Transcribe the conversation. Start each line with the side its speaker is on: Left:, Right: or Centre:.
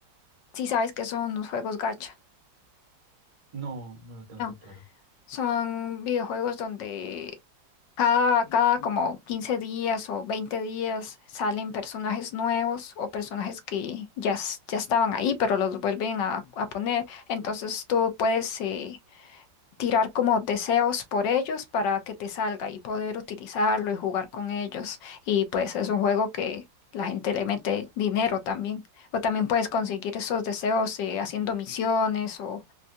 Left: Si sabes que son los juegos gacha.
Right: No, no lo tengo
Left: No,
Right: tan claro.
Left: son videojuegos donde cada, cada como 15 días o 20 días salen personajes nuevos o personajes que ya, es- ya estaban ahí, pero los vuelven a, a poner. Entonces tú puedes eh, tirar como deseos por ellos para que te salga y poder utilizarlo y jugar con ellos. Y pues es un juego que la gente le mete dinero también. O también puedes conseguir esos deseos eh, haciendo misiones o,